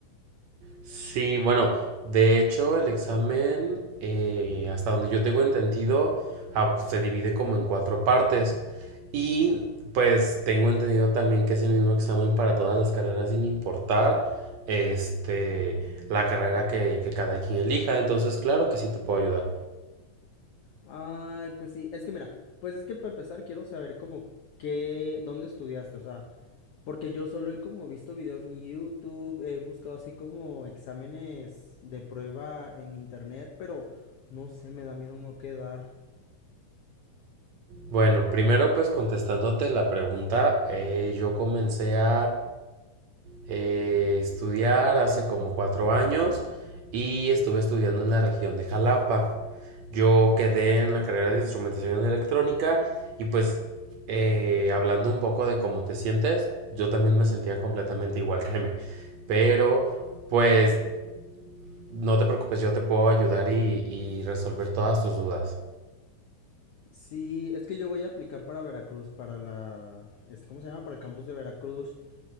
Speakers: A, on the right; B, on the left.
A: Sí, bueno, de hecho, el examen, eh, hasta donde yo tengo entendido, ah, se divide como en cuatro partes. Y pues tengo entendido también que es el mismo examen para todas las carreras sin importar este, la carrera que, que cada quien elija. Entonces, claro que sí te puedo ayudar.
B: Ay, pues sí, es que mira, pues es que para empezar quiero saber como qué, dónde estudiaste, o sea, porque yo solo he como visto videos en YouTube, he buscado así como exámenes de prueba en internet, pero no sé, me da miedo no quedar.
A: Bueno, primero pues contestándote la pregunta, eh, yo comencé a eh, estudiar hace como cuatro años y estuve estudiando en la región de Jalapa. Yo quedé en la carrera de instrumentación electrónica y pues eh, hablando un poco de cómo te sientes, yo también me sentía completamente igual, <laughs> créeme. Pero pues no te preocupes, yo te puedo ayudar y, y resolver todas tus dudas.
B: Sí, es que yo voy a aplicar para Veracruz, para la, este, ¿cómo se llama? Para el campus de Veracruz.